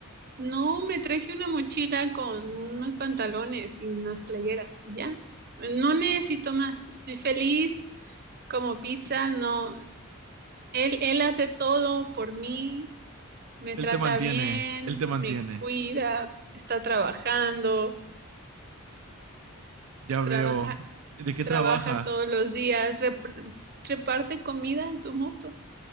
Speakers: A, on the right; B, on the right.
A: No, me traje una mochila con unos pantalones y unas playeras y ya. No necesito más, estoy feliz como pizza, no. Él, él hace todo por mí. me
B: Él
A: trata
B: te mantiene,
A: bien,
B: él te mantiene.
A: me cuida, está trabajando,
B: Ya
A: trabaja,
B: veo. ¿De qué
A: trabaja
B: trabaja?
A: todos los días, rep- reparte comida en su moto.